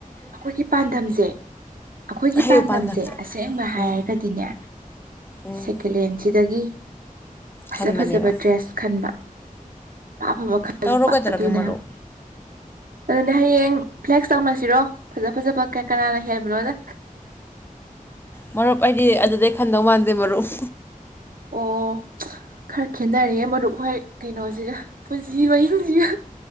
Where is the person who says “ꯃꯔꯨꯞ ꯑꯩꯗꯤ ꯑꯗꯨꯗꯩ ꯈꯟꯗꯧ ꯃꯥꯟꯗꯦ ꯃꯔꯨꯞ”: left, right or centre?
Left